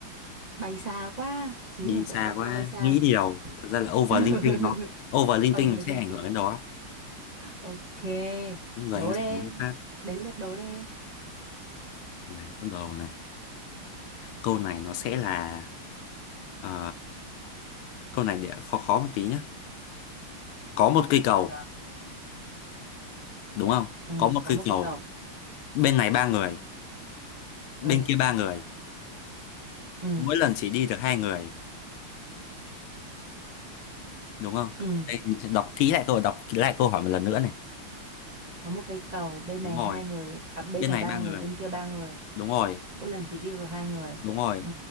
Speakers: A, on the right; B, on the left.
A: bay xa quá, trí
B: đi
A: tưởng tượng
B: xa
A: bay cao
B: quá
A: bay xa.
B: nghĩ điều thật ra là overthinking
A: <laughs>
B: nó overthinking
A: Overthinking.
B: nó sẽ ảnh hưởng đến đó
A: Ok,
B: Đúng rồi
A: đố
B: em sẽ
A: đê.
B: đố cái khác
A: Đến lượt đố đê.
B: này bắt đầu này câu này nó sẽ là ờ, câu này để khó khó một tí nhá có một cây cầu
A: Được.
B: đúng không
A: Ừ,
B: có một
A: có
B: cây
A: một
B: cầu
A: cái cầu.
B: bên này ba người bên
A: Ừ,
B: kia ba người
A: ừ,
B: mỗi lần chỉ đi được hai người đúng không
A: ừ.
B: Đây, mình sẽ đọc kỹ lại câu đọc kỹ lại câu hỏi một lần nữa này
A: có một cây cầu bên
B: đúng
A: này
B: rồi
A: hai người à, bên
B: bên
A: này
B: này
A: ba
B: ba
A: người
B: người
A: bên kia ba người
B: đúng rồi
A: mỗi lần chỉ đi được hai người
B: đúng rồi
A: ừ